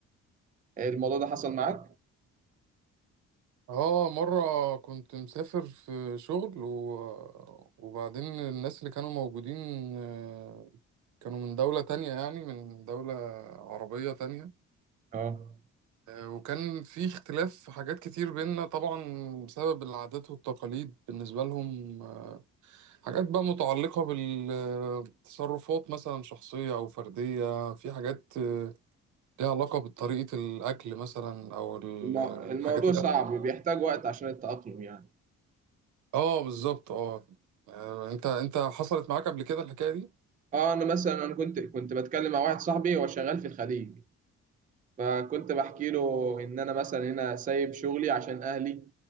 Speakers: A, on the right; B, on the right.
A: الموضوع ده حصل معاك؟
B: اه مرة كنت مسافر في شغل و... وبعدين الناس اللي كانوا موجودين آه، كانوا من دولة تانية يعني من دولة عربية تانية
A: اه
B: آه، وكان في اختلاف في حاجات كتير بينا طبعا بسبب العادات والتقاليد بالنسبة لهم آه، حاجات بقى متعلقة بالتصرفات مثلا شخصية أو فردية في حاجات آه، ليها علاقة بطريقة الأكل مثلا أو ال-
A: المو...
B: الحاجات
A: الموضوع
B: اللي
A: صعب وبيحتاج وقت عشان التأقلم يعني
B: اه بالظبط اه آه، انت انت حصلت معاك قبل كده الحكايه دي
A: اه انا مثلا انا كنت كنت بتكلم مع واحد صاحبي هو شغال في الخليج فكنت بحكي له ان انا مثلا هنا سايب شغلي عشان اهلي